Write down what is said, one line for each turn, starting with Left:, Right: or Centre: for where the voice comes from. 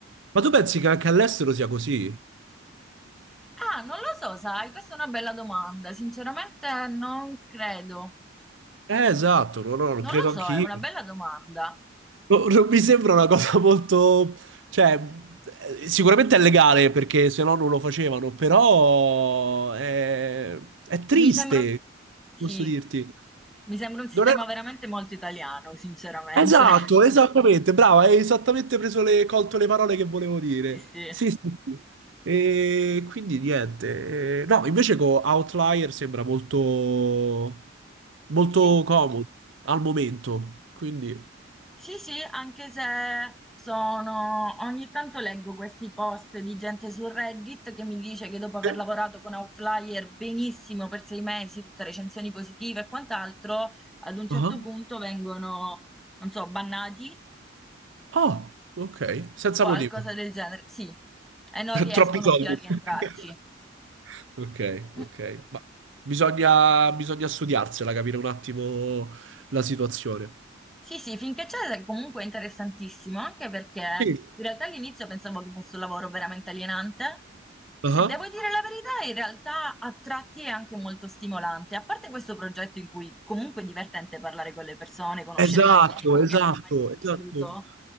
Right: Ma tu pensi che anche all'estero sia così?
Centre: Ah, non lo so, sai, questa è una bella domanda. Sinceramente non credo.
Right: Eh, esatto, no, no, lo
Centre: Non
Right: credo
Centre: lo so,
Right: anch'io.
Centre: è una bella domanda.
Right: No, non mi sembra una cosa molto... Cioè, eh, sicuramente è legale perché se no non lo facevano, però è, è triste,
Centre: Mi sembra un... Sì,
Right: posso dirti.
Centre: mi sembra un sistema
Right: Non è...
Centre: veramente molto italiano, sinceramente.
Right: Esatto,
Centre: <laughs>
Right: esattamente, brava, hai esattamente preso le, colto le parole che volevo dire.
Centre: Sì, sì.
Right: Sì, sì, sì. E quindi niente. eh, No, invece con Outlier sembra molto, molto
Centre: Sì,
Right: comodo al momento, quindi...
Centre: sì, sì, anche se sono... Ogni tanto leggo questi post di gente su Reddit che mi dice che dopo aver
Right: Sì.
Centre: lavorato con Outlier benissimo per sei mesi, tutte recensioni positive e quant'altro, ad un certo
Right: Ah,
Centre: punto vengono, non so, bannati,
Right: Ah, ok, senza
Centre: qualcosa
Right: motivo.
Centre: del genere. Sì, e non
Right: <laughs>
Centre: riescono
Right: Troppi soldi.
Centre: più a rientrarci.
Right: <laughs> Ok,
Centre: Mm.
Right: ok. Ma bisogna, bisogna studiarsela, capire un attimo la situazione.
Centre: Sì, sì, finché c'è comunque è interessantissimo, anche perché
Right: Sì.
Centre: in realtà all'inizio pensavo che fosse un lavoro veramente alienante
Right: Ah.
Centre: e devo dire la verità, in realtà a tratti è anche molto stimolante, a parte questo progetto in cui comunque è divertente parlare con le persone, conoscere
Right: Esatto,
Centre: i colleghi
Right: esatto,
Centre: che non ho mai conosciuto.
Right: esatto.